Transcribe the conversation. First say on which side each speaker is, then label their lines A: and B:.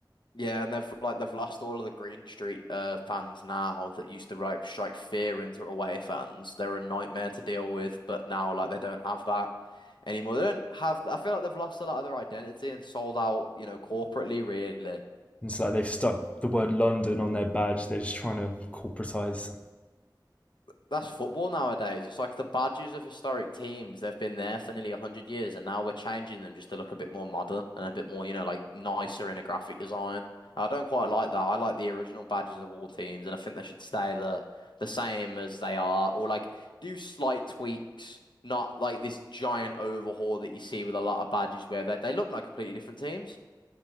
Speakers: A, on the left (about 75°); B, on the left (about 15°).
A: Yeah, and they've like they've lost all of the Green Street uh fans now that used to like strike fear into away fans. They're a nightmare to deal with, but now like they don't have that anymore. They don't have I feel like they've lost a lot of their identity and sold out, you know, corporately really.
B: It's like they've stuck the word London on their badge. They're just trying to corporatise.
A: that's football nowadays. It's like the badges of historic teams. They've been there for nearly 100 years, and now we're changing them just to look a bit more modern and a bit more, you know, like nicer in a graphic design. I don't quite like that. I like the original badges of all teams, and I think they should stay the the same as they are, or like do slight tweaks, not like this giant overhaul that you see with a lot of badges where they, they look like completely different teams.